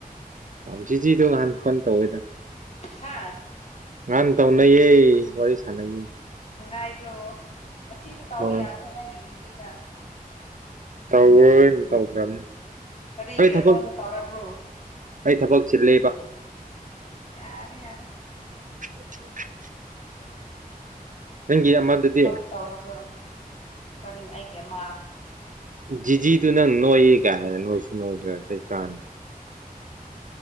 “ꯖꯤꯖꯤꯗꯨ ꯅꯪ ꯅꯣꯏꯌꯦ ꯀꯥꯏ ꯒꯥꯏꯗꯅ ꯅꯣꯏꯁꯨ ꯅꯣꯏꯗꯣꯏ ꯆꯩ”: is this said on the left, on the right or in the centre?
Right